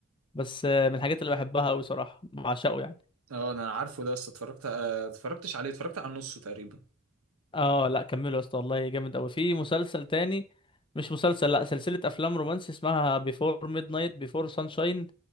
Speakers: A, on the left; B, on the right.
A: بس آه، من الحاجات اللي بحبها قوي صراحة بعشقه يعني
B: اه انا عارفه ده بس اتفرجت آه، اتفرجتش عليه اتفرجت على نصه تقريبا
A: اه لا كملوا يا اسطى والله جامد قوي في مسلسل تاني مش مسلسل لا سلسلة افلام رومانسي اسمها بيفور ميد نايت بيفور سانشاين